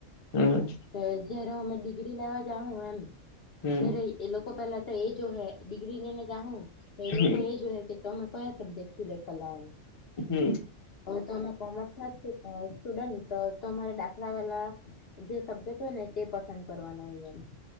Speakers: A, on the left; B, on the left.
A: હમ
B: તો એ જયારે અમે ડિગ્રી લેવા જાઉં એમ
A: હમ
B: ત્યારે એ લોકો પેલા તો એ જોહે ડિગ્રી લેહને જાઉ, તો
A: હમ
B: એ લોકો એ જોહે કે તો અમે કયા સબ્જેક્ટ સિલેક્ટ કલાય.
A: હમ્મ.
B: હવે તમે કોમર્સ ના સ્ટુ અહ સ્ટુડન્ટ તો તમે દાખલા વાલા જે સબ્જેક્ટ હોય ને તે પસંદ કરવાનો હોય એમ.